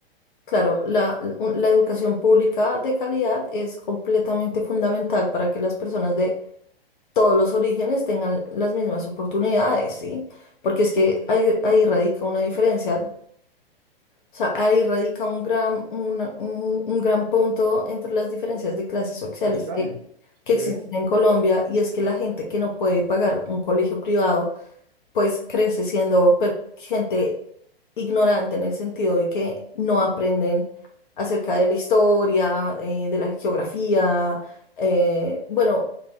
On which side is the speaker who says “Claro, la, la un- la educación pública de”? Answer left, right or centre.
Left